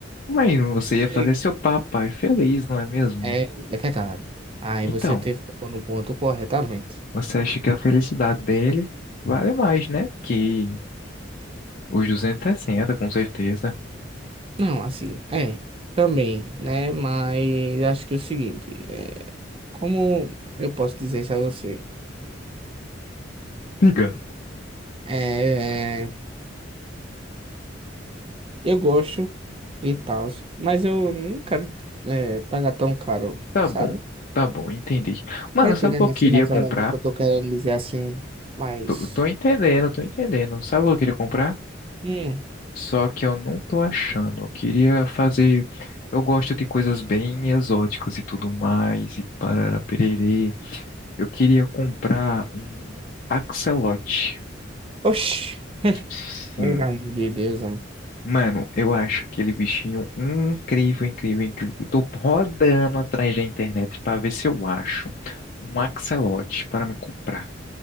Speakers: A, on the left; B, on the right.
A: Mas você
B: Sei.
A: ia fazer seu papai feliz, não é mesmo?
B: É, é verdade. Aí
A: Então,
B: você teve tocou no ponto corretamente.
A: você acha que a felicidade dele vale mais, né? Que os 260 com certeza.
B: Não, assim, é, também, né? Mas acho que é o seguinte, é, como eu posso dizer isso a você?
A: Diga.
B: É, eu gosto e tal, mas eu não quero é, pagar tão caro,
A: Tá
B: sabe?
A: bom, tá bom, entendi. Mano,
B: Tá entendendo
A: sabe o que eu queria
B: assim mais
A: comprar?
B: ou menos o que eu tô querendo dizer assim, mas...
A: Tô, tô entendendo, tô entendendo. Sabe o que eu queria comprar?
B: Hum.
A: Só que eu não tô achando. Eu queria fazer. Eu gosto de coisas bem exóticas e tudo mais, e parará pererê. Eu queria comprar um axolote.
B: Oxi,
A: Sim.
B: pelo amor de Deus, amor.
A: Mano, eu acho aquele bichinho incrível, incrível, incrível. Eu Tô rodando atrás da internet pra ver se eu acho um axolote para me comprar.